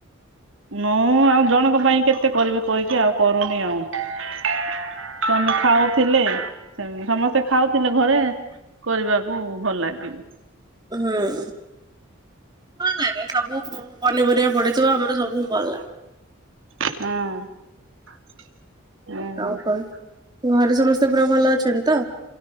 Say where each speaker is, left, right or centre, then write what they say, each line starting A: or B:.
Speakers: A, on the right; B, on the right.
A: ମୁଁ ଆଉ ଜଣଙ୍କ ପାଇଁ କେତେ କରିବି କହିକି ଆଉ କରୁନି ଆଉ। ସ୍ୱାମୀ ଖାଉଥିଲେ ସମସ୍ତେ ଖାଉଥିଲେ ଘରେ କରିବାକୁ ଭଲ ଲାଗିବ।
B: ହୁଁ। ଭଲ ଲାଗେ ସବୁ ପନିପରିବା ପଡିଥିବ ଆମର ସବୁ ଭଲ ଲାଗେ।
A: ହୁଁ ହୁଁ।
B: ଆଉ କଣ ଘରେ ସମସ୍ତ <unintelligible> ଭଲ ଅଛନ୍ତି ତ